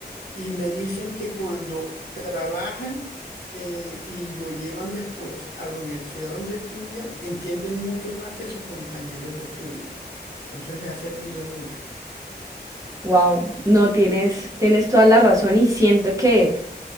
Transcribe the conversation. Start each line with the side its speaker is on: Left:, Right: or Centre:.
Left: y me dicen que cuando trabajan eh, y lo llevan después a la universidad donde estudian, entienden mucho más que sus compañeros de estudio. Entonces les ha servido mucho.
Right: Wow, no tienes, tienes toda la razón y siento que